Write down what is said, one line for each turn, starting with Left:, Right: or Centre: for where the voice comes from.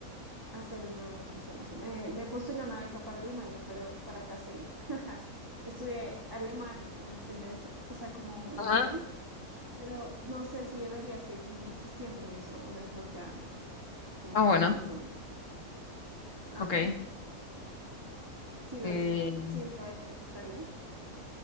Right: hacer una, ¿cómo se llama eso? Me, me postulé a una beca para Alemania, pero para acá sé. <laughs> Estudié alemán un semestre, o sea, como un
Left: Ajá.
Right: nivel, pero no sé si debería seguir insistiendo en eso o mejor ya como
Left: Ah,
Right: que
Left: bueno,
Right: lo abandono. Ajá.
Left: ok.
Right: ¿Sí lo
Left: Eh,
Right: viste? Sí, sabes que te salió.